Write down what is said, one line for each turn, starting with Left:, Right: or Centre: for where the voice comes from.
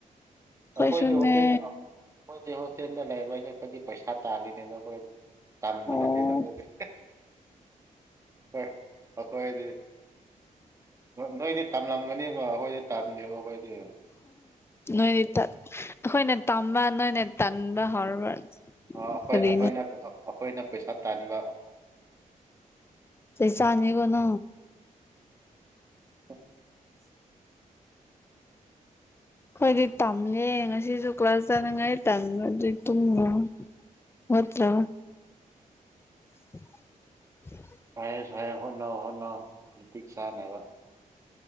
Left: ꯑꯩꯈꯣꯏꯁꯨꯅꯦ
Right: ꯑꯩꯈꯣꯏꯗꯤ ꯍꯀꯦꯗ ꯑꯩꯈꯣꯏꯗꯤ ꯍꯣꯁꯇꯦꯜꯗ ꯂꯩꯕꯩꯁꯦ ꯑꯩꯄꯣꯏꯗꯤ ꯄꯩꯁꯥ ꯇꯥꯜꯂꯤꯅꯤꯗ ꯑꯩꯈꯣꯏ ꯇꯝꯕ
Left: ꯑꯣ
Right: ꯅꯠꯇꯦꯗ ꯑꯩꯈꯣꯏꯗꯤ ꯍ ꯑꯈꯗꯤ ꯅꯣꯏꯗꯤ ꯇꯝꯂꯝꯒꯅꯤꯕꯣ ꯑꯩꯈꯣꯏꯗꯤ ꯇꯝꯗꯦ ꯑꯩꯈꯣꯏꯗꯤ
Left: ꯅꯣꯏꯗꯤ ꯑꯩꯈꯣꯏꯅ ꯇꯝꯕ ꯅꯣꯏꯅꯥ ꯇꯝꯕ ꯍꯧꯔꯕ
Right: ꯑ, ꯑꯩꯈꯣꯏ
Left: ꯀꯔꯤ
Right: ꯑꯩꯈꯣꯏꯅ ꯑꯩꯈꯣꯏꯅ ꯄꯩꯁꯥ ꯇꯥꯟꯕ
Left: ꯇꯩ ꯆꯅꯤꯒꯣꯅꯣ
Right: <inaudible>
Left: ꯍꯣꯏꯗꯤ ꯇꯝꯃꯦ ꯉꯁꯤꯁꯨ ꯀ꯭ꯂꯥꯁ ꯆꯥꯅꯉꯥꯏ ꯇꯝꯃ ꯑꯗꯨꯗꯤ ꯇꯨꯝꯃꯣ ꯍꯠꯇ꯭ꯔ <inaudible>
Right: ꯐꯔꯦ ꯐꯦ ꯍꯣꯠꯅꯧ ꯍꯣꯠꯅꯧ ꯃꯇꯤꯛ ꯆꯥꯅꯕ